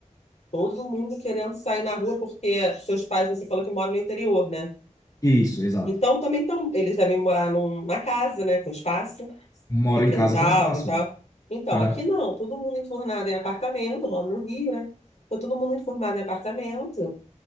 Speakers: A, on the left; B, on the left.
A: Todo mundo querendo sair na rua porque seus pais, você falou que moram no interior, né?
B: isso, exato.
A: Então também estão, eles devem morar numa casa, né, com espaço
B: Moro
A: de quintal
B: em casa com espaço.
A: e tal. Então,
B: né?
A: aqui
B: Aham.
A: não, todo mundo enfurnado em apartamento, eu moro no Rio, né? Então, todo mundo enfurnado em apartamento.